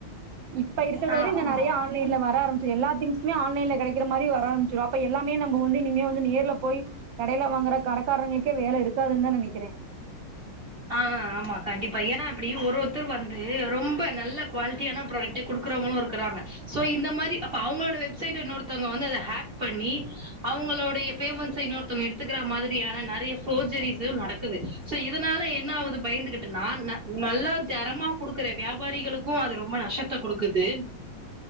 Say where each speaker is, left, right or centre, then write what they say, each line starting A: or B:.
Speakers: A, on the right; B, on the right.
A: இப்ப இருக்கறத
B: ஆ
A: விட இன்னு
B: ஆமா
A: நெறைய ஆன்லைன்ல வ ர ஆரம்பிச்ச எல்லா திங்சுமே ஆன்லைல கடைகிற மாதிரி வர ஆரம்பிச்சிடும் எல்லாமே நம வந்துனிமே வந் நெருல போய் கடையில வாங்கற கடைக்காரங்களுக்கே வேல இருக்காதுன்னு தா நெனைக்கிறே
B: ஆஹ் ஆமா கண்டிப்பா ஏன்னா அப்படியும் ஒரு ஒர் த்து வந்து ரொம்ப நல்ல குவாலிட்டியான ப்ராடக கொடுக்குறவங்களும் இருக்கிறாங்க. சோ இந்த மாரி அவங்களோட வெப்சைட இன்னொருத்த ங்க வந்து அத ஹேக் பண்ணி அவங்களுடைய பேமெண்ட்ஸ் இன்னொருத்தவங்க எடுத்துக்கிற மாதிரியான நெறைய போர்ஜரிஸு நடக்குது சோ இத அதனால என்ன ஆவுது பயந்துகிட்டுன்னா ந நல்லா தரமா குடுக்குற வியாபாரிகளுக்கு அது ரொம்ப நஷ்டத்த குடுக்குது.